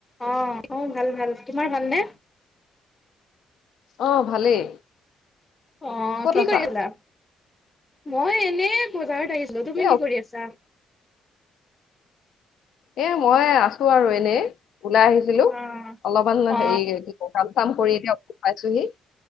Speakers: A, on the left; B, on the left.
A: অ', অ', ভাল-ভাল তোমাৰ ভালনে?
B: অহ, ভালেই।
A: অ,
B: ক'ত
A: কি
B: আছা
A: কৰি আছিলা মই এনে বজাৰ ত' আহিছিলো তুমি
B: এ অ-
A: কি কৰি আছা?
B: এ মই আছো আৰু এনেই। ওলাই আহিছিলো
A: অ
B: অলপমান
A: অ
B: হেৰি কি কাম চাম কৰি এতিয়া পাইছোহি।